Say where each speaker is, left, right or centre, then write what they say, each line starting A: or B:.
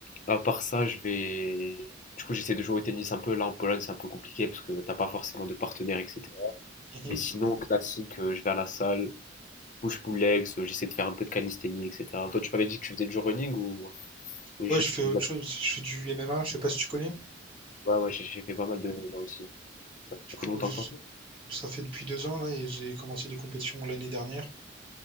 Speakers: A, on the left (about 40°); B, on the right (about 25°).
A: à part ça, je vais, du coup, j'essaie de jouer au tennis un peu. Là, en Pologne, c'est un peu compliqué parce que t'as pas forcément de partenaire, etc.
B: Mhm.
A: Mais sinon, classique, euh, je vais à la salle, Push-pull legs, euh, j'essaie de faire un peu de calisthénie, etc. Toi, tu m'avais dit que tu faisais du running ou, ou
B: Ouais,
A: juste
B: je fais
A: ou
B: autre
A: de la-
B: chose aussi. Je fais du M M MMA, je sais pas si tu connais.
A: Ouais, ouais, j'ai j'ai fait pas mal de running moi aussi. Ça,
B: Du
A: ça
B: coup,
A: fait longtemps
B: je-
A: que t'en fais.
B: Ça fait depuis deux ans là et j'ai commencé les compétitions l'année dernière.